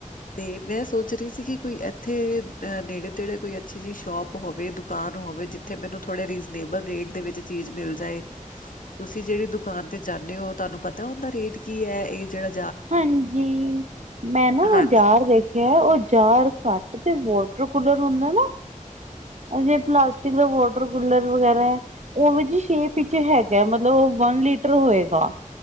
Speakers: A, on the left; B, on the right.
A: ਤੇ ਮੈ ਸੋਚ ਰਹੀ ਸੀ ਕਿ ਕੋਈ ਇਥੇ ਅ ਨੇੜੇ ਤੇੜੇ ਕੋਈ ਅੱਛੀ ਜਿਹੀ ਸ਼ੋਪ ਹੋਵੇ ਦੁਕਾਨ ਹੋਵੇ ਜਥ- ਉਥੇ ਮੈਨੂੰ ਥੋੜੇ ਰੀਜਨੇਬਲ ਰੇਟ ਦੇ ਵਿਚ ਚੀਜ ਮਿਲ ਜਾਏ। ਤੁਸੀ ਜਿਹੜੀ ਦੁਕਾਨ ਤੇ ਜਾਦੇ ਹੋ ਤੁਹਾਨੂੰ ਪਤਾ ਉਹਦਾ ਰੇਟ ਕੀ ਹੈ। ਇਹ ਜਾਰ ਯ-
B: ਹਾਂਜੀ ਮੈ ਨਾ
A: ਹਾਂਜੀ
B: ਯਰ ਦੇਖ- ਆ ਉਹ ਜਾਰ ਘੱਟ ਤੇ ਵਾਟਰ ਕੂਲਰ ਹੁੰਦਾ ਨਾ- ਜੇ ਪਲਾਸਟਿਕ ਦਾ ਵਾਟਰ ਕੂਲਰ ਵਗੈਰਾ ਹੈ। ਉਹ ਜੀ ਛੇਪ ਵਿਚ ਹੈਗਾ ਮਤਲਬ ਉਹ ਵੰਨ ਲੀਟਰ ਹੋਏਗਾ।